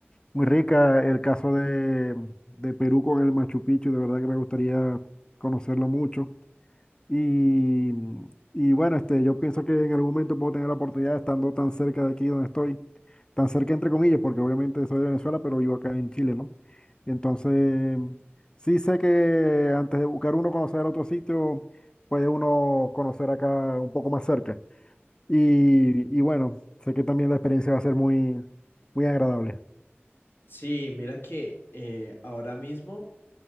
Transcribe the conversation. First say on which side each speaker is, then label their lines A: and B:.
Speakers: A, on the left; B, on the left.
A: muy rica el caso de, de Perú con el Machu Picchu, de verdad que me gustaría conocerlo mucho. Y, y bueno, este, yo pienso que en algún momento puedo tener la oportunidad, estando tan cerca de aquí donde estoy, tan cerca entre comillas, porque obviamente soy de Venezuela, pero vivo acá en Chile, ¿no? Entonces, sí sé que antes de buscar uno conocer otro sitio, puede uno conocer acá un poco más cerca. Y, y bueno, sé que también la experiencia va a ser muy, muy agradable.
B: Sí, mira que eh, ahora mismo...